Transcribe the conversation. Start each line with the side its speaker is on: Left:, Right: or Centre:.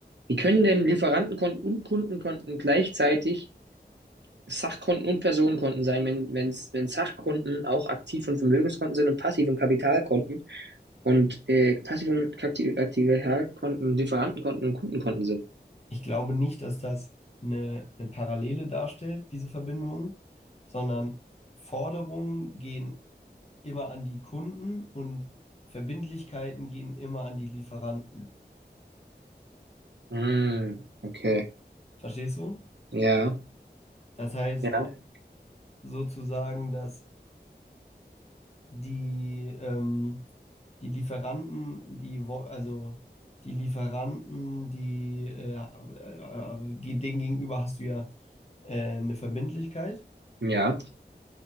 Right: Wie können denn Lieferantenkonten und Kundenkonten gleichzeitig Sachkonten und Personenkonten sein, wenn, wenn's, wenn Sachkonten auch Aktiv- und Vermögenskonten sind und Passiv- und Kapitalkonten und äh, Passiv- und Kapti- Kapitalkonten, Lieferantenkonten und Kundenkonten sind?
Left: Ich glaube nicht, dass das eine, eine Parallele darstellt, diese Verbindung, sondern Forderungen gehen immer an die Kunden und Verbindlichkeiten gehen immer an die Lieferanten.
Right: Hm, okay.
Left: Verstehst du?
Right: Ja,
Left: Das heißt
Right: ja,
Left: sozusagen, dass die, ähm, die Lieferanten, die, wo- also die Lieferanten, die, äh, äh, äh, denen gegenüber hast du ja äh, eine Verbindlichkeit.
Right: ja,